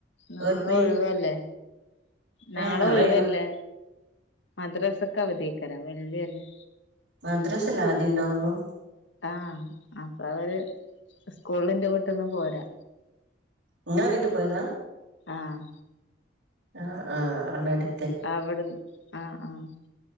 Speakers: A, on the left (about 80°); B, on the right (about 80°).
A: നാളെ
B: അവർക്ക്
A: ഒഴിവല്ലേ നാളെ
B: ഏഹ്
A: ഒഴിവല്ലേ
B: ഒഴിവാ
A: മദ്രസക്ക് അവധി ഏയ് കാരം വെള്ളിയല്ലേ
B: മദ്രസല്ല അവധി ഉണ്ടാവുള്ളൂ
A: ആഹ് അപ്പൊ അവര് സ്കൂളിന്ന് എന്റെ വീട്ട്ന്നും പോരാ
B: ഇങ്ങള വീട്ടി പോയതാ
A: ആഹ്
B: ആ ആ അതടി
A: അവിടുന്ന് ആഹ് ആഹ്